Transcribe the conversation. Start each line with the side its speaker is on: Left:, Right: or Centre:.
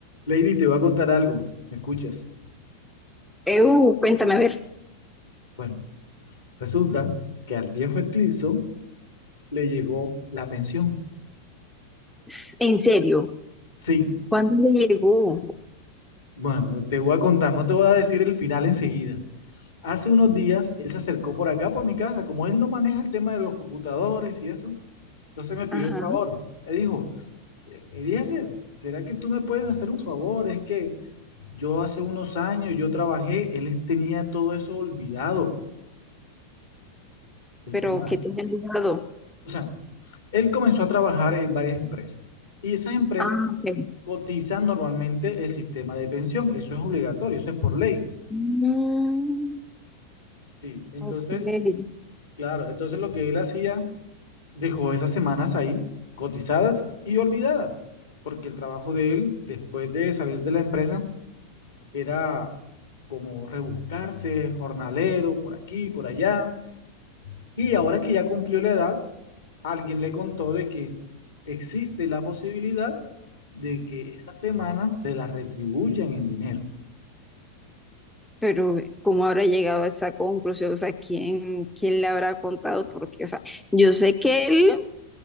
Left: Lady, te voy a contar algo. ¿Me escuchas?
Centre: Eu, cuéntame, a ver,
Left: Bueno, Resulta que al viejo Etilso le llegó la pensión.
Centre: s- en serio,
Left: Sí,
Centre: ¿cuándo le llegó?
Left: bueno, te voy a contar, no te voy a decir el final enseguida. Hace unos días él se acercó por acá, por mi casa, como él no maneja el tema de los computadores y eso. Entonces me pidió
Centre: Ajá,
Left: el favor. Me dijo, Eliezer, ¿será que tú me puedes hacer un favor? Es que yo hace unos años yo trabajé, él tenía todo eso olvidado, el
Centre: pero
Left: tema.
Centre: ¿qué te guardó?
Left: O sea, él comenzó a trabajar en varias empresas y esas empresas
Centre: Ah, ok.
Left: cotizan normalmente el sistema de pensión. Eso es obligatorio, eso es por ley.
Centre: Mm,
Left: Sí, entonces,
Centre: ok.
Left: claro, entonces lo que él hacía, dejó esas semanas ahí cotizadas y olvidadas, porque el trabajo de él después de salir de la empresa era como rebuscarse, jornalero, por aquí, por allá. Y ahora que ya cumplió la edad, alguien le contó de que existe la posibilidad de que esa semana se la retribuyan en dinero.
Centre: Pero, eh, ¿cómo habrá llegado a esa conclusión? O sea, ¿quién, quién le habrá contado? Porque, o sea, yo sé que él,